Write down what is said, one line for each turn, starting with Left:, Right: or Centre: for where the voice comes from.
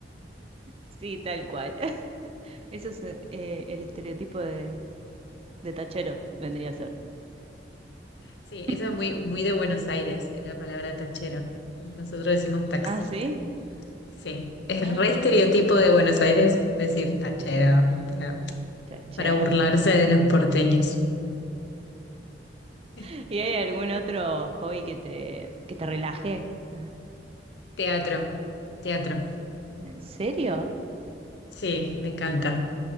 Right: Sí, tal cual. <laughs> Eso es eh, el estereotipo de, de tachero, vendría a ser.
Left: Sí, eso
Right: <laughs>
Left: es muy, muy de Buenos Aires, la palabra tachero. Nosotros decimos taxista.
Right: Ah, sí.
Left: Sí, es
Right: Ah,
Left: re
Right: mira.
Left: estereotipo de Buenos Aires decir tachero para,
Right: Tachero.
Left: para burlarse de los porteños. <laughs>
Right: <laughs> ¿Y hay algún otro hobby que te, que te relaje? Ah,
Left: Teatro, teatro.
Right: ¿En serio?
Left: Sí, me encanta,